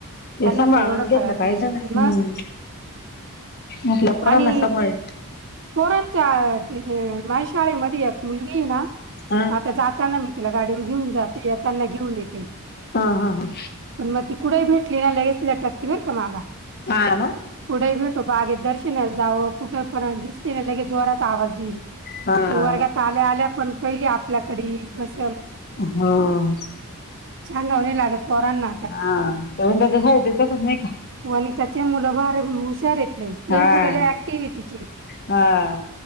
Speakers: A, on the left; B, on the right.
A: हे
B: त्यांना
A: सांभाळूनच
B: काही एवढं
A: घेतलं
B: कळत
A: पाहिजे
B: नाही
A: ना हम्म
B: मग
A: आपल्या पोरांना
B: आणि
A: सांभाळ
B: पोरांचा ते बाई शाळेमध्ये एक मुलगी आहे ना
A: ह
B: आता जाताना मी तिला गाडीवर घेऊन जाते येताना घेऊन येते
A: हा हा हा
B: पण मग ती कुठेही भेटली लगेच ट बर का मला
A: हा
B: कुठेही भेटो बागेेत दर्शनाला जावं कुठे पण दिसते ना लगे जोरात आवाज येईल
A: हा हा
B: वर्गात आल्या आल्या पण पहिले आपल्याकडे येईल बस
A: हा
B: सांगावं नाही लागत पोरांना
A: हाण त्याच्या साहित तसच नाही का
B: हो आणि त्याचे मुलं भार हुशार येत. नाही ते
A: हा
B: मुलंला ऍक्टिव आहे तिचे
A: हा